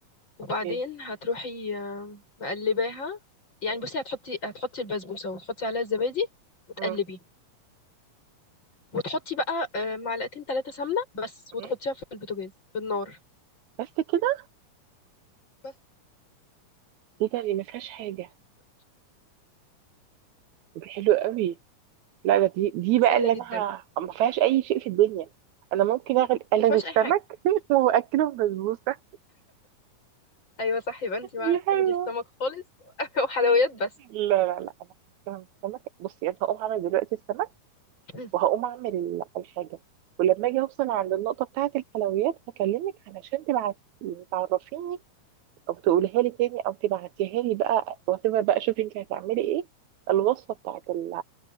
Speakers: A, on the left; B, on the right.
A: وبعدين
B: اوكي
A: هتروحي آه مقلباها يعني
B: مم.
A: بصي هتحطي هتحطي البسبوسه وتحطي عليها الزبادي وتقلبي
B: مم.
A: وتحطي بقى آه معلقتين ثلاثه سمنه بس وتحطيها
B: مم.
A: في البوتاجاز بالنار
B: بس كده
A: بس
B: ايه ده دي ما فيهاش حاجه دي حلوه قوي لا ده دي دي
A: سهله
B: بقى اللي
A: جدا
B: انا ه- ما فيهاش اي شيء في الدنيا انا ممكن اغل الغي
A: ما فيهاش
B: السمك
A: اي حاجه
B: <laughs> واكله بسبوسه
A: ايوه صح يبقى انت بقى
B: دي حلوه
A: الغي السمك خالص <laughs> وحلويات بس
B: لا لا لا انا هعمل السمك بصي انا هقوم اعمل دلوقتي السمك
A: <clears throat>
B: وهقوم اعمل الحاجه ولما اجي اوصل عند النقطه بتاعه الحلويات هكلمك علشان تبعت تعرفيني او تقولها لي تاني او تبعتيها لي بقى وتبقى بقى شوفي انت هتعملي ايه الوصفه بتاعه ال-